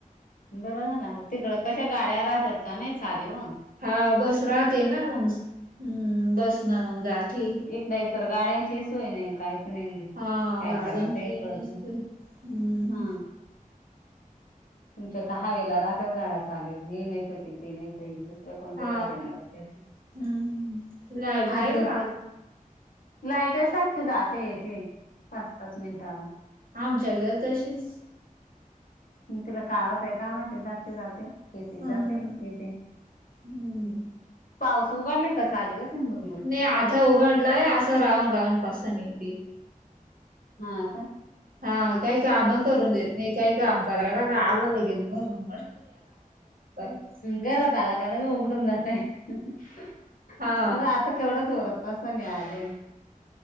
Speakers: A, on the left; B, on the right.
A: बरं झालं तिकडं कशा गाड्या राहतात का नाही चालीवन
B: हा बस राहते ना मग हम्म बस न मग जाते.
A: एक नाही तर गाड्यांची सोय नाय काय. नाही
B: हा
A: काय
B: गाड्यांची
A: कराव काही कळत
B: नेसतोय
A: नाही
B: हम्म
A: हा. तुमच्या कहावेला रात्र गाड्या चालू आहेत हे नाही तर ती. ती नाहीे तर ही दुसऱ्या कोणत्याही
B: हा
A: गाडी नेत्यात.
B: हम्म लाईट आहे
A: आज
B: का
A: लाईट सारखी जाते येते पाच पाच मिनिटान
B: आमच्या घर तशीच
A: तिला काय होतंय काय माहिती सारखी जाते येते
B: हम्म
A: जाते येते.
B: हम्म
A: पाऊस उघडला का चालू अजून मुरमुर
B: नाही आता उघाडलाय असं राहून राहून पासन येते
A: हा का.
B: हा काही काम करून देत नाही काही काम करा हे बघा आला लगेच धरून <unintelligible>
A: घरात आला दरवाजा उघडून जातय, हे
B: हा
A: बघ आता केवढं जोरत अस न्यायलय